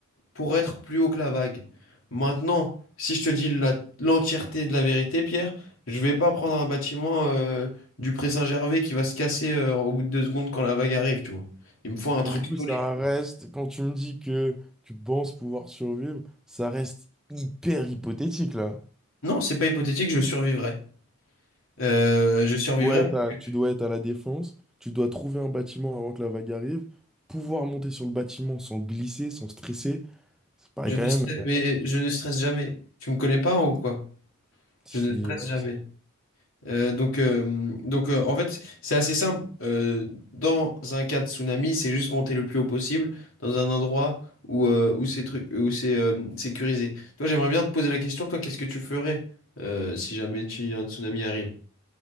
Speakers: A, on the left; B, in the centre.
A: pour être plus haut que la vague. Maintenant, si je te dis la- l'entièreté de la vérité, Pierre, je vais pas prendre un bâtiment euh, du Pré-Saint-Gervais qui va se casser euh, au bout de deux secondes quand la vague arrive, tu vois. Il me faut un truc
B: Mais du coup, ça
A: solide.
B: reste, quand tu me dis que tu penses pouvoir survivre, ça reste hyper hypothétique là.
A: Non, c'est pas hypothétique, je survivrai. Euh, je survivrai,
B: dois être
A: parce
B: à,
A: que
B: tu dois être à la défense, tu dois trouver un bâtiment avant que la vague arrive, pouvoir monter sur le bâtiment sans glisser, sans stresser. Ça paraît
A: je
B: quand
A: ne
B: même.
A: stresse- mais je ne stresse jamais. Tu me connais pas hein, ou quoi?
B: Si,
A: Je ne stresse
B: ouais,
A: jamais.
B: si-
A: Euh, donc, euh, donc euh, en fait, c'est assez simple. Euh, dans un cas de tsunami, c'est juste monter le plus haut possible dans un endroit où, euh, où c'est truc, où c'est euh, sécurisé. Toi, j'aimerais bien te poser la question, toi, qu'est-ce que tu ferais euh, si jamais tu, un tsunami arrive?